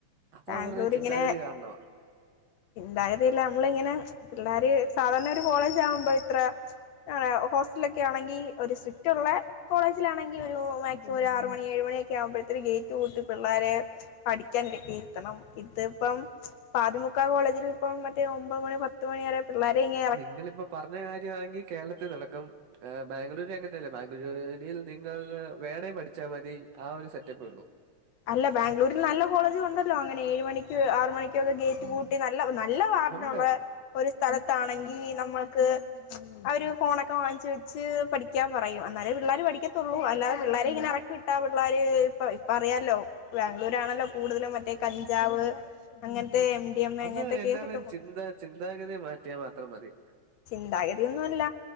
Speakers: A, on the right (about 65°); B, on the left (about 70°).
A: അത്
B: ബാംഗ്ലൂർ
A: അവരുടെ ചിന്താഗതി
B: ഇങ്ങനെ.
A: കാരണമാ
B: ധൈര്യമില്ല നമ്മളിങ്ങനെ പിള്ളേർ സാധാരണ ഒരു കോളേജ് ആകുമ്പോൾ ഇത്ര. ആ ഹോസ്റ്റൽ ഒക്കെ ആണെങ്കിൽ ഒരു സ്ട്രിക്റ്റ് ഉള്ള കോളേജിലാണെങ്കിൽ. ഇയൊരു മാക്സിമം ആറു മണി ഏഴു മണിയൊക്കെ ആകുമ്പഴത്തേ ഗേറ്റ് പൂട്ടി പിള്ളേരെ. പഠിക്കൻ ഇക്കിയിരുത്തണം ഇതിപ്പം. പാതി മുക്ക കോളേജിൽ ഇപ്പം മറ്റേ ഒമ്പത് മണി പത്ത് മണി വരെ. പിള്ളേരെങ്ങ
A: നിങ്ങളിപ്പ പറഞ്ഞ കാര്യമാണെങ്കിൽ കേരളത്തിൽ നടക്കും. ബാംഗ്ലൂര് എങ്ങനെയല്ലേ ബാംഗ്ലൂരിൽ നിങ്ങൾ വേണേ പഠിച്ചാൽ മതി ആ ഒരു സെറ്റപ്പേ ഉള്ളു.
B: അഹ് ബാംഗ്ലൂരിൽ നല്ല കോളേജ്ണ്ടല്ലോ അങ്ങനെ എഴ് മണിക്ക് ആറ് മണിക്കൊക്കെ ഗേറ്റ് പൂട്ട് നല്ല നല്ല വാർഡനുള്ള
A: ഉണ്ട്
B: ഒരു സ്ഥലത്താണെങ്കിൽ നമ്മൾക്ക്. അഒരു ഫോണൊക്കെ വാങ്ങി വെച്ച് പഠിക്കാൻ പറയും അന്നാലേ പിള്ളേര് പഠിക്കത്തുള്ളൂ അല്ലാതെ പിള്ളാരെ ഇങ്ങനെ ഇറക്കിട്ട ഇറക്കിവിട്ട പിള്ളേര് ഇപ്പോ അറിയാല്ലൊ ല്ലോ ബാംഗ്ലൂരാണല്ലോ കൂടുതലും മറ്റേ കഞ്ചാവ് അങ്ങനത്തെ- ഡി എം എ
A: അത്
B: അങ്ങനത്തെ
A: എല്ലാരേും
B: കേസൊക്കെ പോണെ
A: ചിന്ത ചിന്താഗതി മാറ്റിയാ മാത്രം മതി.
B: ചിന്താഗതിയോന്നല്ല